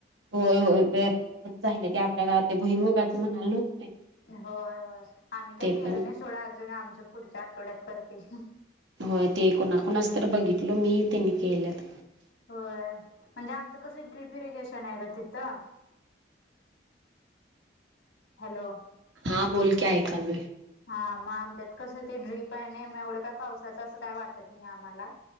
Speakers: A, on the right; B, on the left.
A: होय होय पेरले पण झाले की आपल्या गावात ते भई मुगाचं म्हणालत
B: होय होय आम्ही काही
A: ते
B: केल
A: पण
B: नाही सोडा अजून आमच्या पुढच्या आठवड्यात करतील
A: होय ते कुणा कुणाच तर बघितल मी त्यांनी केल्यात
B: होय म्हणजे आमचं कसं ड्र्रीप इरिगेशन आहे ग तिथं हॅलो
A: हां बोलक ऐकालय
B: हा मग आमच्यात कसं ते ड्रीप आहे नाही मग एवढं काय पावसाचं असं काय वाटत नाही आम्हाला